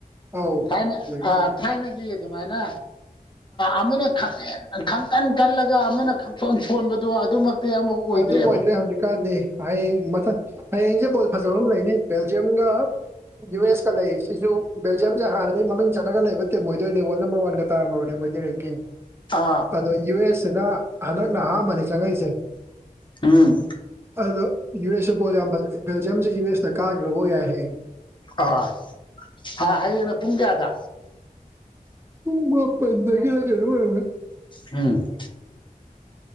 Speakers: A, on the right (about 15°); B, on the left (about 35°).
A: ꯑꯧ
B: ꯊꯥꯏꯅ
A: ꯑꯣꯏꯅꯤ
B: ꯑ ꯊꯥꯏꯅꯒꯤ ꯑꯗꯨꯃꯥꯏꯅ ꯑꯃꯅ ꯈꯪꯀꯟ ꯀꯜꯂꯒ ꯑꯃꯅ ꯈꯪꯁꯣꯟ ꯁꯣꯟꯕꯗꯣ ꯑꯗꯨꯃꯛꯇꯤ ꯑꯃꯐꯥꯎ ꯑꯣꯏꯗ꯭ꯔꯦꯕ
A: ꯑꯗꯨ ꯑꯣꯏꯗ꯭ꯔꯦ ꯍꯧꯖꯤꯛꯀꯥꯟꯗꯤ ꯍꯌꯦꯡ ꯃꯊꯪ ꯍꯌꯦꯡꯖꯦ ꯕꯣꯜ ꯐꯖꯕꯃ ꯂꯩꯅꯤ ꯕꯦꯜꯖꯤꯌꯝꯒ ꯌꯨ ꯑꯦꯁꯀ ꯂꯩꯌꯦ ꯁꯤꯖꯨ ꯕꯦꯜ ꯖꯦꯝꯖꯦ ꯍꯥꯟꯅꯗꯩ ꯃꯃꯤꯡ ꯆꯠꯂꯒ ꯂꯩꯕ ꯇꯤꯝ ꯑꯣꯏꯗꯣꯏꯅꯦ ꯋꯥꯔꯜ ꯅꯝꯕꯔ ꯋꯥꯟꯒ ꯇꯥꯝꯃꯕꯅꯦ ꯃꯣꯏꯗꯤ ꯔꯦꯡꯀꯤꯡ
B: ꯑꯥ
A: ꯑꯗꯣ ꯌꯨ ꯑꯦꯁ ꯁꯤꯅ ꯍꯟꯗꯛꯅ ꯑꯍꯥꯟꯕꯅꯤ ꯆꯪꯉꯛꯏꯁꯦ
B: ꯎꯝ
A: ꯑꯗꯣ ꯌꯨ ꯑꯦꯁꯁꯨ ꯄꯣꯜ ꯌꯥꯝ ꯐꯖꯩ ꯕꯦꯜꯖꯤꯌꯝꯁꯤ ꯌꯨ ꯑꯦꯁꯅ ꯀꯥꯈꯤꯕꯕꯐꯥꯎ ꯌꯥꯏ ꯍꯌꯦꯡ
B: ꯑ ꯑꯥꯏ ꯍ ꯍꯌꯦꯡꯅ ꯄꯨꯡ ꯀꯌꯥꯗ
A: ꯄꯨꯡ ꯃꯥꯄꯟꯗꯒꯤꯔꯥ ꯀꯩꯅꯣꯝ ꯑꯣꯏꯔꯝꯒꯅꯤ
B: ꯎꯝ